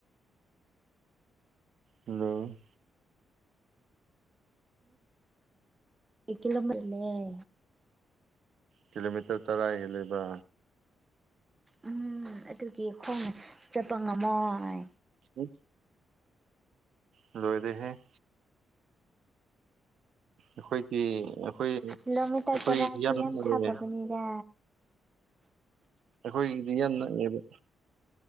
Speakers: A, on the right (about 70°); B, on the right (about 20°).
A: ꯍꯜꯂꯣ
B: ꯀꯂꯣꯔ ꯂꯩꯦ
A: ꯀꯤꯂꯣꯃꯤꯇꯔ ꯇꯔꯥ ꯍꯦꯜꯜꯂꯤꯕ
B: ꯎꯝ ꯑꯗꯨꯒꯤ ꯈꯣꯡꯅ ꯆꯠꯄ ꯉꯝꯃꯣꯏ
A: ꯎꯝ ꯂꯣꯏꯣꯏꯗ ꯍꯦ ꯑꯩꯈꯣꯏꯗꯤ ꯑꯩꯈꯣꯏ
B: ꯀꯂꯣꯃꯤꯇꯔ
A: ꯑꯩꯈꯣꯏꯒꯤꯗꯤ
B: ꯇꯔꯥꯁꯦ
A: ꯅꯛꯑꯦ
B: ꯌꯥꯝ ꯊꯥꯈꯕꯅꯤꯗ
A: ꯑꯩꯈꯣꯏꯒꯤꯗꯤ ꯌꯥꯝ ꯅꯛꯉꯦꯕ